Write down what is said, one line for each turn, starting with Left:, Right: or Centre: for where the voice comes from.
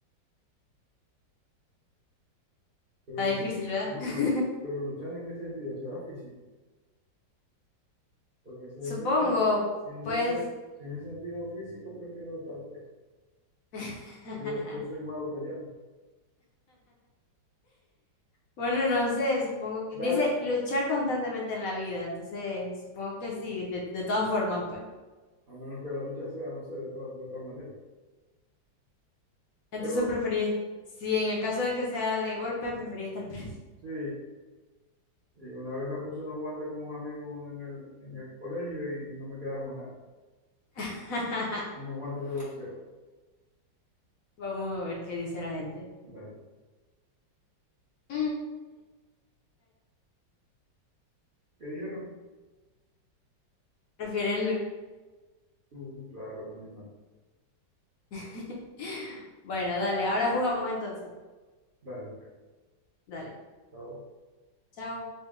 Right: Pero,
Left: Está difícil,
Right: lu-
Left: ¿verdad?
Right: lu-
Left: <laughs>
Right: pero luchar en qué sentido? ¿Será físico? Porque si es
Left: Supongo,
Right: en sentido, si es en
Left: pues.
Right: sentido, si es en sentido físico, prefiero estar preso.
Left: <laughs>
Right: Yo, yo soy malo peleando.
Left: Bueno, no sé, supongo que
Right: Dar,
Left: dice luchar constantemente en la vida, entonces supongo que sí, de, de todas formas, pues.
Right: a menos que la lucha sea, no sé, de otra, de otra manera.
Left: Entonces
Right: Pero
Left: preferí, si en el caso de que sea de golpe, preferí estar preso.
Right: sí, y una vez me puse unos guantes con un amigo en el, en el colegio y no me quedaron más ganas.
Left: <laughs>
Right: Unos guantes de boxeo.
Left: Vamos a ver qué dice la gente.
Right: Dale.
Left: Mm,
Right: ¿Qué dijeron?
Left: Prefieren lu-
Right: Uh, claro, imagínate.
Left: <laughs> Bueno, dale, ahora jugamos entonces.
Right: Dale, pues.
Left: Dale,
Right: Chao.
Left: chao.